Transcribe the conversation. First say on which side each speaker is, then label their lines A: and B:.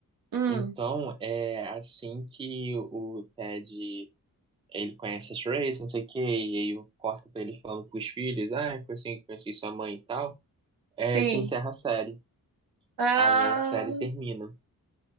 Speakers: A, on the right; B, on the right.
A: Hum,
B: Então, é assim que o Ted ele conhece a Trace, não sei o que e aí eu corto pra ele falando pros filhos, ah, foi assim que conheci sua mãe e tal. É,
A: sim.
B: e se encerra a série.
A: Ah.
B: Aí a série termina.